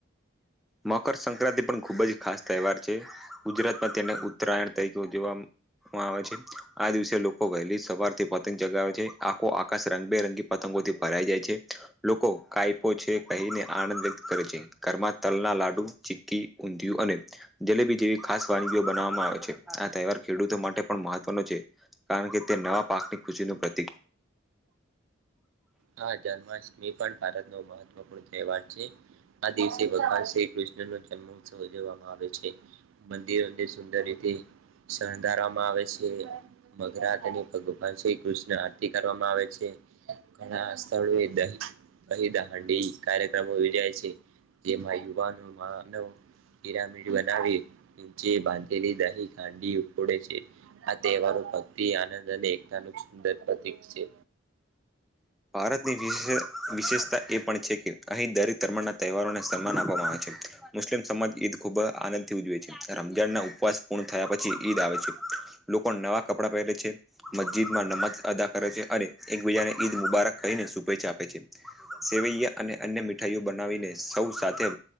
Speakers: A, in the centre; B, on the right.
A: મકરસક્રાંતિ પણ ખુબ જ ખાસ તહેવાર છે ગુજરાતમાં તેને ઉત્તરાયણ તરીકે ઉજવવા મા આવે છે આ દિવસે લોકો વહેલી સવારથી પતંગ ચગાવે છે આખો આકાશ રંગબેરંગી પતંગ ભરાય જાય છે લોકો કહે છે કહીને આનંદ વ્યક્ત કરે છે ઘ તલના લાડુ ચીકી ઊંધિયું અને જલેબી જેવી ખાસ વાનગીઓ બનાવામાં આવે છે આ તહેવાર ખેડૂતો માટે પણ મહત્વનો છે કારણ કે તે નવા પાકની ખુશી પ્ર
B: હા જન્મષ એ પણ ભારતનો મહત્ત્વપૂર્ણ તહેવાર છે આ દિવસે ભગવાન શ્રી કૃષ્ણ નો જન્મોત્સવ ઉજવવામાં આવે છે મંદિરો સુંદર રીતે શણગારવામાં આવે છે મગરા તેને ભગવાન શ્રી કૃષ્ણ કરવામાં આવે છે ઘણા સ્થળોએ દહી દહી હાંડી કાર્યક્રમો યોજાય છે જેમાં યુવાનો મા નવ પિરામીડબનાવી બાંધેલી દહી ખાંડી ઉડે છે આ તહેવારો ભક્તિ આનંદ અને એકતાનું સુંદર પ્રતીિક છે
A: ભારતની વિશે વિશેષતા એ પણ છે કે અહીં દરેક ધર્મના તહેવારોને સન્માન આપવામાં આવે છે મુસ્લિમ સમાજ ઈદ ખૂબ આનંદથી ઉજવે છે રમજાન ના ઉપવાસ પૂર્ણ થયા પછી ઈદ આવે છે પણ નવા કપડાં પહેરે છે મસ્જિદમાં નમાજ અદા કરે છે અને એકબીજાનેઈ મુબારક કહીને શુભેચ્છા આપે છે સેવૈયા અને અન્ય મીઠાઈઓ બનાવીને સૌ સાથે